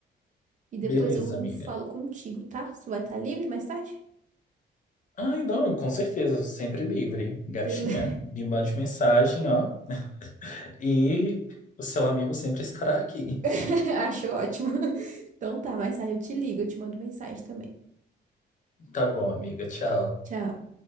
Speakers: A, on the right; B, on the left.
A: E depois
B: Beleza,
A: eu
B: amiga.
A: falo contigo, tá? Tu vai estar livre mais tarde?
B: Ai, não, com certeza, sempre livre. Gatinha,
A: Tele-
B: me mande mensagem, ó, e o seu amigo sempre estará aqui.
A: <laughs> Acho ótimo. Então tá, mais tarde eu te ligo, eu te mando mensagem também.
B: Tá bom, amiga, tchau.
A: Tchau.